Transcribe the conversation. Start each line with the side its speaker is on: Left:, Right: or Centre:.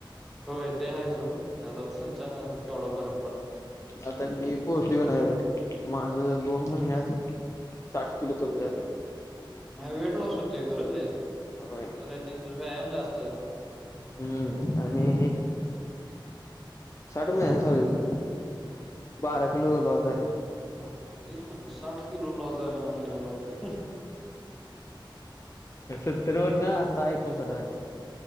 Centre: होय ते ह सोड आता संचान केवढा फरक पडो.
Left: आता मी पोहोचली नाही माझ. दोन महिन्यात साठ किलो कमी झाले हो.
Centre: वेट लॉस होतेय खरं लई
Left: होय
Centre: रनिंगचा व्यायाम जास्त आहे ना
Left: हुं आणि साठ महिन्याचे सॉरी कसं बारा किलो लॉस झाल्यावर
Centre: ह तेच म्हणले साठ किलो लॉस झाला म्हणल्यावर
Left: सत्तर वरन आता एकोणसाठ झाल्यात